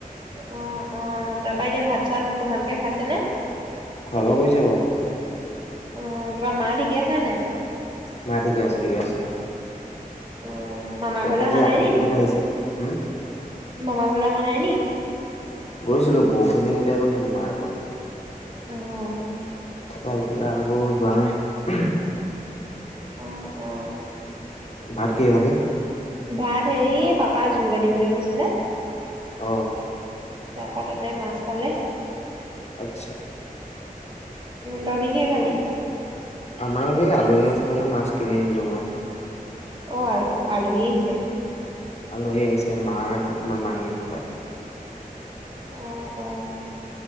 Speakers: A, on the right; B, on the left.
A: অ অ তাৰাপা এতিয়া ভাত চাত ভালকে খাইছেনে?
B: খোৱা বোৱা কৰিছে বাৰু।
A: অ তোমাৰ মা ঠিকে আছে নে?
B: মা ঠিকে আছে ঠিকে আছে।
A: অ মামাৰ ঘৰলৈ
B: আজি
A: অহা নাই
B: আলহীও
A: নি ত
B: আহিছে। উম?
A: মামাৰ ঘৰলৈ অহা নাই নি।
B: গৈছিলো পহখিনি কেতিয়া গৈছিলো মায়ে মই।
A: আহ
B: তাৰপা এতিয়া আকৌ যোৱা নাই।
A: অ', অ'।
B: ভাত কিহে খালি?
A: ভাত হেৰি পাপ পা যোগ আ দিবলৈ গৈছিলে।
B: আহ।
A: তাৰ পৰা তাতে মাছ পালে।
B: আচ্ছা।
A: তহঁতি কিহে খালি?
B: আমাৰো সেই আলহী আছে কাৰণে মাছ কিনি আনিলো মই।
A: অ আলহী আহিছে।
B: আলহী আহিছে মাৰ আৰ মাহী হপাই।
A: অ অ